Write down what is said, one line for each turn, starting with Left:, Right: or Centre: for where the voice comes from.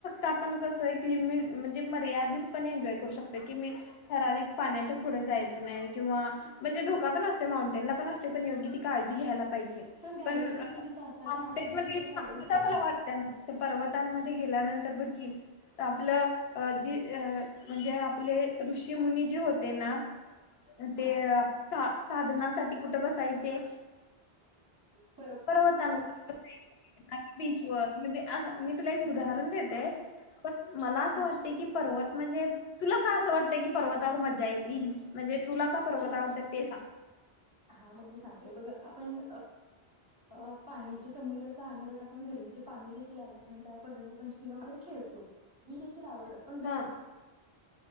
Left: आपण कसं, एक लिमिट म्हणजे मर्यादित पण, एन्जॉय करू शकतो की, मी ठराविक पाण्याच्या पुढे जायचं नाही. किंवा म्हणजे धोका पण असत. माऊंटन ला पण असते पण योग्य ती काळजी घ्यायला. पाहिजे,
Right: गायडन्स
Left: पण
Right: देखील तिथं असतात
Left: सांतता
Right: ना आता बीचवर गायडन्स वगैरे
Left: मला
Right: नसतात
Left: वाटत म्ह पर्वतांमध्ये गेल्यानंतर बघ की <inaudible> आपलं जी म्हणजे आपले ऋषी मुनी जे होते ना ते
Right: हा
Left: आप साधनासाठीठी कुठे बसायचे.
Right: ह
Left: पर्वतनवर बीच व म्हणजे असं मी तुला एक
Right: हा
Left: उदाहरण देते. हो मला असं
Right: हा
Left: वाटते की पर्वत म्हणजे तुला काय असं वाटतंय की पर्वतावर मजा येईल म्हणजे तुला का पर्वत
Right: एक
Left: आवडतात ते सांग.
Right: हा मग मी सांगतोय बघ आपण अ पाणी जे समुद्रात आपण घरी म्हणजे पाणी देखील आल्यानंतर आपण रंगपंचमीला वगैरे खेळतो बी <unintelligible> कारण
Left: हा